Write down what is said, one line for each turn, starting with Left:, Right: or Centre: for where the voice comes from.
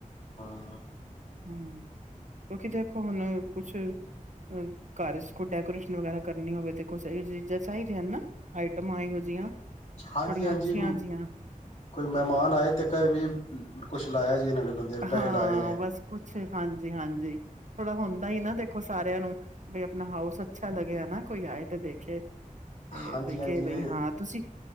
Left: ਹੂੰ
Right: ਹੂੰ ਕਿਉਂਕਿ ਦੇਖੋ ਹੁਣ ਕੁਛ ਅ ਘਰ ਚ ਕੋਈ ਡੈਕੋਰੇਸ਼ਨ ਵਗੈਰਾ ਕਰਨੀ ਹੋਵੇ ਤੇ ਕੁਛ ਇਹੋ ਜਿਹੀ ਚੀਜ਼ਾਂ ਚਾਹੀਦੀਆਂ ਨਾ ਆਈਟਮਾਂ ਇਹੋ ਜਿਹੀਆਂ
Left: ਹਾਂਜੀ
Right: ਥੋੜੀਆਂ
Left: ਹਾਂਜੀ,
Right: ਅੱਛੀਆਂ ਜਿਹੀਆਂ
Left: ਕੋਈ ਮਹਿਮਾਨ ਆਏ ਤੇ ਕਹੇ ਵੀ ਕੁਛ ਲਾਇਆ ਜੀ ਇਹਨਾਂ ਨੇ ਬੰਦੇ ਨੇ ਪੈਸੇ
Right: ਹਾਂ
Left: ਲਾਏ ਨੇ
Right: ਬਸ ਕੁਛ ਹਾਂਜੀ ਹਾਂਜੀ ਥੋੜ੍ਹਾ ਹੁੰਦਾ ਹੀ ਨਾ ਦੇਖੋ ਸਾਰਿਆਂ ਨੂੰ ਬਈ ਆਪਣਾ ਹਾਊਸ ਅੱਛਾ ਲੱਗਿਆ ਨਾ ਕੋਈ ਆਏ ਤੇ ਦੇਖੇ ਤੇ
Left: ਹਾਂਜੀ
Right: ਬਈ
Left: ਹਾਂਜੀ
Right: ਕੇ ਬਈ
Left: ਇਹ
Right: ਹਾਂ ਤੁਸੀਂ